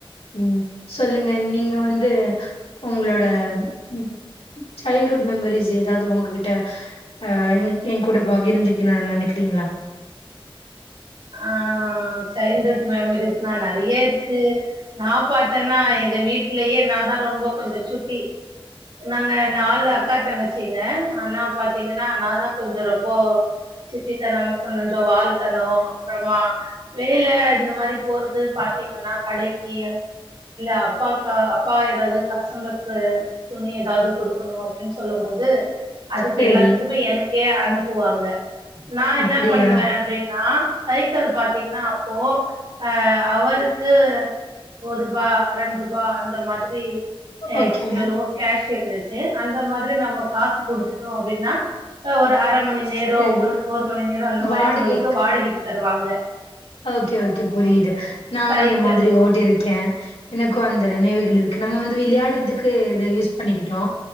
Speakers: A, on the left; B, on the right.
A: ம் சொல்லுங்க நீங்க வந்து உங்களோட ம் சைல்ட்வுட் மெமரிஸ் ஏதாவது உங்ககிட்ட அ இன்னிக்கு எங்கூட பகிர்ந்துகுன்னும்னு நெனைக்கிறீங்களா
B: ஆ சைல்ட்ஹுட் மெமரிஸ்னா நறைய இருக்கு நா பாத்தன்னா எங்க வீட்லயே நாதான் ரொம்ப கொஞ்ச சுட்டி நாங்க நாலு அக்கா தங்கச்சீங்க ஆனா பாத்தீங்கன்னா நாதா கொஞ்ச ரொம்போ சுட்டித்தனம் கொஞ்ச வாலுத்தனம் அப்றமா வெளில இந்த மாறி போறது பாத்தீங்கன்னா கடைக்கு இல்ல அப்பாக்கோ அப்பா ஏதாது கஷ்டமற்க்கு துணி ஏதாவது குடுக்கணு அப்டின்னு சொல்லும் போது அதுக்கு
A: சேரி
B: எல்லாத்துக்குமே எனக்கே அனுப்புவாங்க நா
A: அப்டியா
B: என்னா பண்ணுவே அப்டின்னா சைக்கிள் பாத்தீங்கன்னா அப்போ அ ஹவர்க்கு ஒருபா ரெண்ரூபா அந்த மாதிரி அ
A: ஓகே
B: எவ்ளோ கேஷ் இருந்துச்சு அந்த மாதிரி நம்ம காசு குடுத்துட்டோ அப்டின்னா ஒரு அர மணி
A: சேரி
B: நேரம் ஒரு ஒரு மணி நேரம் அந்த மாறி
A: வாடகைக்கு
B: நம்மளுக்கு வாடகைக்கு தருவாங்க
A: ஓகே ஓகே புரியுது நானு
B: சைக்கிள்
A: அந்த மாதிரி ஓட்டிருக்கேன் எனக்கும் அந்த நினைவுகள் இருக்கு நம்ம வந்து விளையாடுறதுக்கு இத யூஸ் பண்ணிக்கிட்டோ